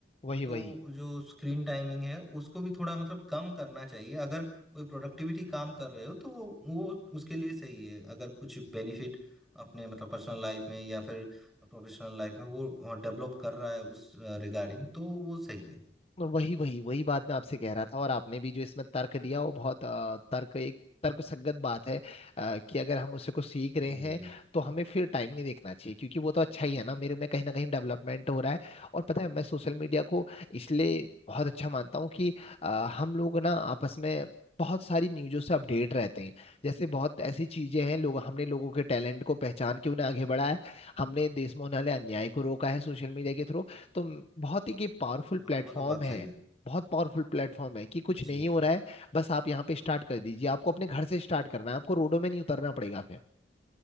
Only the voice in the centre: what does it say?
तो
जो स्क्रीन टाइमिंग है उसको भी थोड़ा मतलब कम करना चाहिए अगर कोई प्रोडक्टिविटी काम कर रहे हो तो वो वो उसके लिए सही है अगर कुछ बेनिफिट अपने मतलब पर्सनल लाइफ में या फिर प्रोफेशनल लाइफ में वो डेवलप कर रहा है उस रिगार्डिंग तो वो सही है
जी
जी
हाँ वो तो बात
सही है
जी